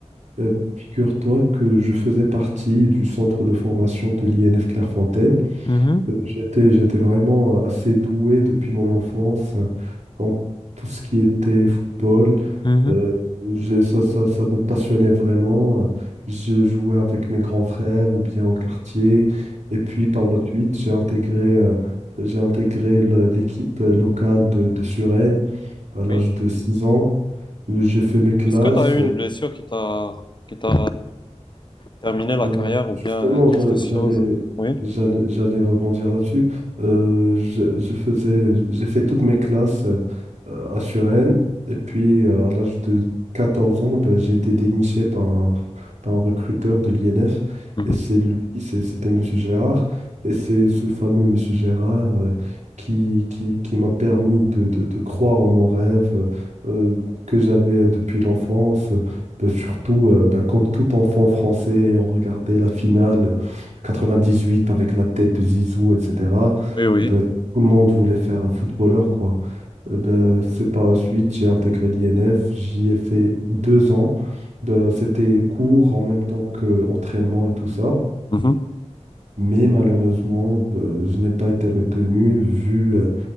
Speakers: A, on the right; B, on the left.
A: Euh, bah, figure-toi que je faisais partie du centre de formation de l'INF Clairefontaine.
B: mhm,
A: Euh, J'étais, j'étais vraiment euh, assez doué depuis mon enfance euh, en tout ce qui était football.
B: mhm,
A: Euh,
B: mhm.
A: j'ai- ça, ça, ça me passionnait vraiment. Euh, Je jouais avec mes grands frères ou bien au quartier. Et puis par la suite, j'ai intégré, euh, j'ai intégré le- l'équipe locale de, de Suresnes à l'âge
B: Oui.
A: de 6 ans. J'ai fait mes classes.
B: Est-ce que tu as eu une blessure qui t'a qui t'a terminé la
A: Euh,
B: carrière ou
A: justement,
B: bien euh,
A: j'a-
B: qu'est-ce que c'est
A: j'allais,
B: chose? Oui.
A: j'allais, j'allais rebondir là-dessus. Euh, je, je faisais, j'ai fait toutes mes classes euh, à Suresnes. Et puis, euh, à l'âge de 14 ans, ben, j'ai été déniché par un, par un recruteur de l'INF.
B: Mhm.
A: Et c'est lui, c'est- c'était Monsieur Gérard. Et c'est ce fameux Monsieur Gérard euh, qui, qui, qui m'a permis de, de- de croire en mon rêve euh, que j'avais depuis l'enfance. Bah, surtout, euh, bah, comme tout enfant français, on regardait la finale 98 avec la tête de Zizou, etc.
B: Oui, oui.
A: Bah, tout le monde voulait faire un footballeur, quoi. Euh, ben, c'est par la suite, j'ai intégré l'INF, j'y ai fait deux ans. Ben, c'était cours en même temps que entraînement et tout ça.
B: Mhm.
A: Mais malheureusement, ben, je n'ai pas été retenu vu euh,